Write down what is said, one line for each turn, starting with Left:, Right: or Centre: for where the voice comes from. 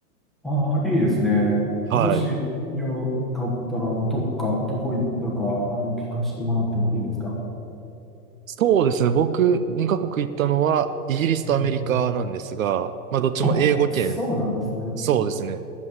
Centre: ああいいですね。
Right: はい。
Centre: もしよかったら、あの、どっか、どこ行ったか、あの、聞かせてもらってもいいですか
Right: そうですね。僕、2カ国行ったのは、イギリスとアメリカなんですが、
Centre: うん、
Right: まあ、どっちも英語圏、
Centre: あ、そうなんですね。
Right: そうですね。